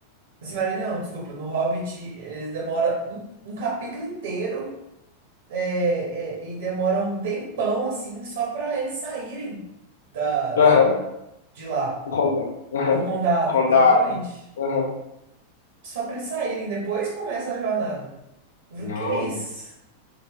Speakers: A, on the right (about 65°); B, on the left (about 65°).
A: No Silmarillion, não, desculpa, no Hobbit, eles demoram um, um capítulo inteiro É, é, e demora um tempão, assim, só para eles saírem da, da,
B: Aham,
A: de lá,
B: Condado. Aham,
A: do condado,
B: Condado.
A: exatamente.
B: Aham.
A: Só para eles saírem, depois começa a jornada. Eu falei,
B: Não.
A: que isso?